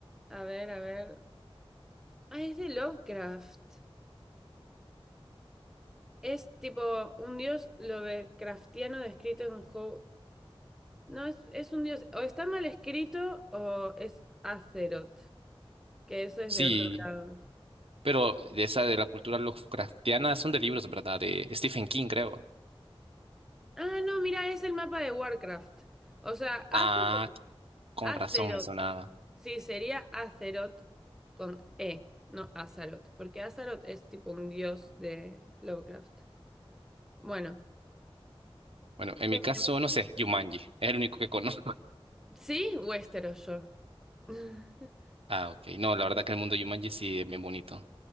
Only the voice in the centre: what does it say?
A ver, a ver. Ah, es de Lovecraft. Es tipo un dios Lovecraftiano descrito en How. No, es, es un dios. O está mal escrito o es Azeroth, que eso es
de otro lado.
Ah, no, mira, es el mapa de Warcraft. O sea, Az-
Azeroth.
Sí, sería Azeroth con E, no Azaroth, porque Azaroth es tipo un dios de Lovecraft. Bueno,
Em,
sí, Westeros yo. <laughs>